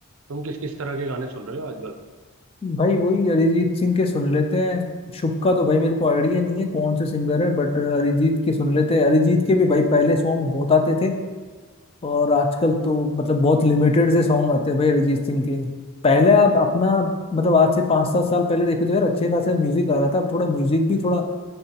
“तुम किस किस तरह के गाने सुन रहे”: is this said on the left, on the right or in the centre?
Right